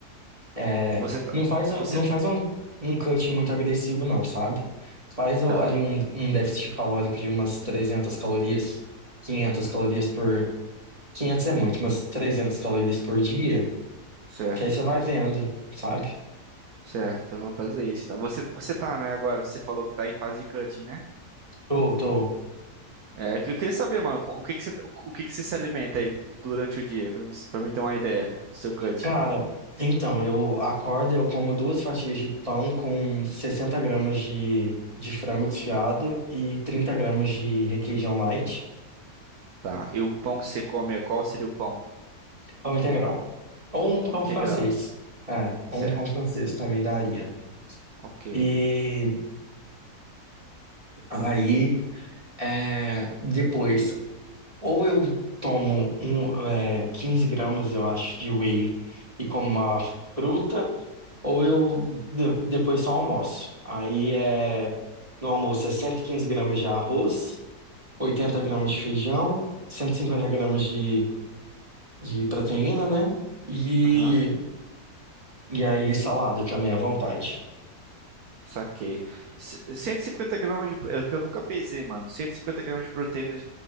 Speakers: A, on the right (about 20°); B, on the right (about 70°).
A: É,
B: Você tá.
A: não faz,
B: Você
A: não faz um, um cut muito agressivo, não, sabe? Faz o-
B: tá.
A: ali um, um déficit calórico de umas 300 calorias, 500 calorias por... 500 é muito, mas 300 calorias por dia,
B: Certo.
A: que aí você vai vendo, sabe?
B: Certo, eu vou fazer isso. Então, você, você tá, né, agora? Você falou que tá em fase de cutting, né?
A: Tô, tô.
B: É, o que eu queria saber, mano, o que que você, o que que você se alimenta aí durante o dia, pra mim, pra mim ter uma ideia do seu cutting.
A: Cara, então, eu acordo, eu como duas fatias de pão com 60 gramas de, de frango desfiado e 30 gramas de requeijão light.
B: Tá, e o pão que você come, é qual seria o pão?
A: Pão integral. Ou um
B: Pão
A: pão
B: integral,
A: francês. É,
B: certo.
A: ou um pão francês também daria.
B: Ok.
A: E aí, é, depois, ou eu tomo um, é, 15 gramas, eu acho, de whey e como uma fruta, ou eu de- depois só almoço. Aí, é, no almoço é 115 gramas de arroz, 80 gramas de feijão, 150 gramas de, de proteína, né? E,
B: Aham.
A: e aí, salada também à vontade.
B: Saquei. C- 150 gramas de. pro- É o que eu nunca pesei, mano. cento e cinquenta gramas de proteína